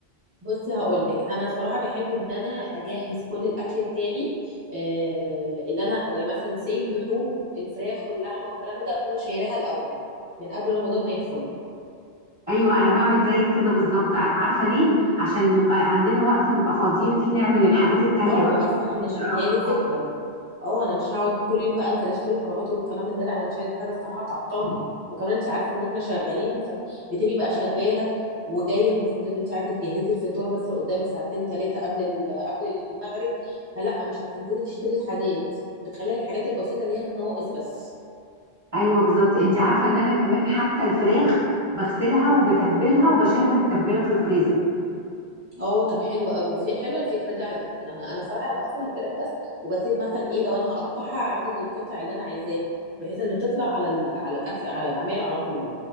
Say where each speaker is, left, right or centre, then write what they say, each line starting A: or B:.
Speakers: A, on the right (about 20°); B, on the right (about 35°).
A: بصي هقول لك انا صراحه بحب ان انا اجهز كل الاكل بتاعي آه اللي انا يعني مثلا سي اللحوم الفراخ واللحمه والكلام ده اكون شايراها الاول من قبل رمضان ما يدخل
B: ايوه انا بعمل زيك كده بالظبط ع- عارفه ليه عشان يبقى عندنا وقت نبقى فاضيين فيه نعمل الحاجات التانية
A: اه
B: بقى
A: اصل انا
B: نقرا
A: مش ما هي
B: قرآن
A: دي الفكره اه انا مش هقعد كل يوم بقى انزل اشتري طلبات والكلام من ده لا انا مش عايزه حاجه الصراحه تعطلني وكمان انت عارفه ان احنا شغالين فبتبقي بقى شغاله وجايه المفروض ان انت عايزه تجهزي الفطار مثلا قدامك ساعتين ثلاثه قبل ال- قبل المغرب فلا مش هتنزلي تشتري الحاجات بتخلي الحاجات البسيطه اللي هي النواقص بس
B: ايوه بالظبط انت عارفه ان انا كمان حتى الفراخ بغسلها وبتبلها وبشيلها متبله في الفريزر
A: اه طب حلوه قوي في حلوه الفكره دي على فكره انا انا صراحه انا بغسل الفراخ بس وبسيب مثلا ايه لو انا هقطعها عدد القطع اللي انا عايزاها بحيث ان تطلع على ال... على الاكل على العمال على طول